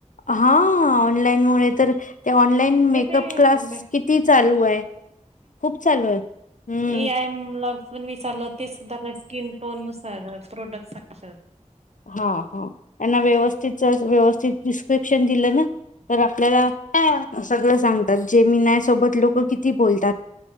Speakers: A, on the left; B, on the right.
A: हा ऑनलाईनमुळे ते ऑनलाईन मेकअप
B: किती
A: क्लास किती चालू आहे खूप चालू आहे हम्म.
B: ए आय ला पण विचारलं ते सुद्धा आप स्किन टोन नुसार प्रोड साक्षात
A: हा हा यांना व्यवस्थित त्यांचं व्यवस्थित डिस्क्रिपशन दिलं ना तर आपल्याला हा असं सगळ सांगतात जेमिनाय सोबत लोक
B: हम,
A: किती बोलतात